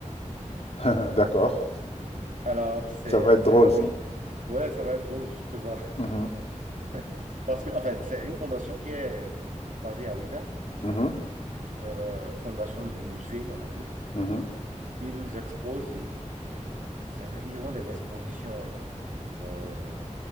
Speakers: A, on the left; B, on the right.
A: <laughs> D'accord.
B: Alors, c'est,
A: Ça va être
B: c'est,
A: drôle
B: ah
A: ça.
B: oui, ouais, ça va être drôle, justement.
A: Mhm,
B: <laughs> Parce que, enfin, c'est une fondation qui est basée à Ouidah,
A: mhm,
B: euh, fondation musée, on va dire.
A: mhm.
B: Ils exposent, euh, ça- ça- ils ont des expositions. euh,